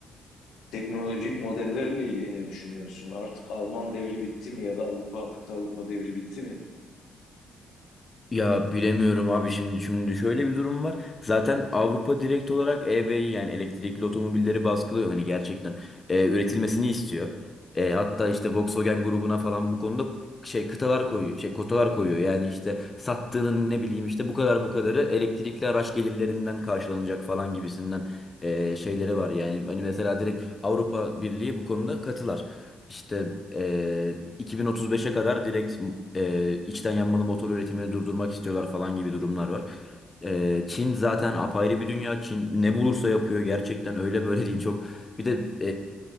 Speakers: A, on the left; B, on the left.
A: teknolojik modellerle ilgili ne düşünüyorsun? Artık Alman devri bitti mi ya da Avrupa kıta Avrupa devri bitti mi?
B: Ya bilemiyorum abi şimdi şimdi şöyle bir durum var. Zaten Avrupa direkt olarak EV'yi yani elektrikli otomobilleri baskılıyor hani gerçekten e, üretilmesini istiyor. E, hatta işte Volkswagen grubuna falan bu konuda şey kıtalar koyuyor, şey kotalar koyuyor. Yani işte sattığının ne bileyim işte bu kadar bu kadarı elektrikli araç gelirlerinden karşılanacak falan gibisinden e, şeyleri var yani. Hani mesela direkt Avrupa Birliği bu konuda katılar. İşte eee, 2035'e kadar direkt eee, içten yanmalı motor üretimini durdurmak istiyorlar falan gibi durumlar var. Eee, Çin zaten apayrı bir dünya. Çin ne bulursa yapıyor gerçekten öyle böyle
A: Hı hı.
B: değil çok. Bir de